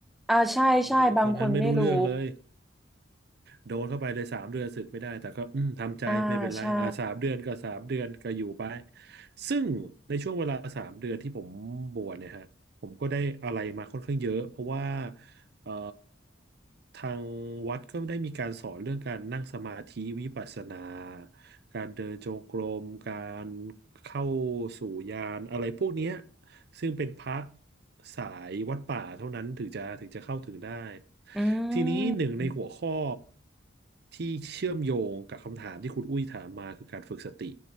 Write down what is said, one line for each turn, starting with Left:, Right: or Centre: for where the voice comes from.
Centre: อ่าใช่ใช่บางคนไม่รู้
Right: บวชตอนนั้นไม่รู้เรื่องเลย โดนเข้าไปเลยสามเดือนสึกไม่ได้แต่ก็อืมทำใจไม่เป็นไรอ่าสามเดือนก็สามเดือนก็อยู่ไป
Centre: อ่าใช่
Right: ซึ่งในช่วงเวลาสามเดือนที่ผมบวชเนี่ยฮะผมก็ได้อะไรมาค่อนข้างเยอะเพราะว่าเอ่อทางวัดก็ได้มีการสอนเรื่องการนั่งสมาธิวิปัสสนาการเดินจงกรมการเข้าสู่ญาณอะไรพวกเนี้ย ซึ่งเป็นพระสายวัดป่าเท่านั้นถึงจะถึงจะเข้าถึงได้
Centre: อื
Right: ทีนี้หนึ่งในหัวข้อ
Centre: ม
Right: ที่เชื่อมโยงกับคำถามที่คุณอุ้ยถามมาคือการฝึกสติ